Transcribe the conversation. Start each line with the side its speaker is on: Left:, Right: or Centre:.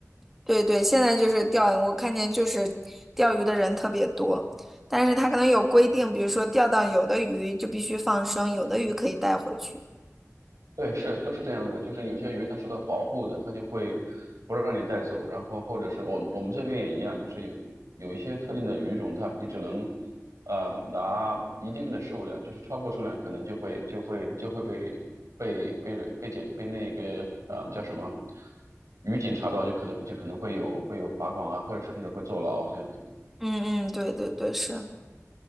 Centre: 对对，现在就是钓，我看见就是钓鱼的人特别多，但是他可能有规定，比如说钓到有的鱼就必须放生，有的鱼可以带回去。
Right: 对，是，都是这样子就是有些鱼它受到保护的，它就会不让你带走，然后或者是我我们这边也一样，就是有有一些特定的鱼种，它你只能呃拿一定的数量，就是超过数量可能就会就会就会被被被人被检被那个呃叫什么渔警查到，就可能就可能会有会有罚款啊，或者甚至会坐牢这样子。
Centre: 嗯嗯，对对对，是，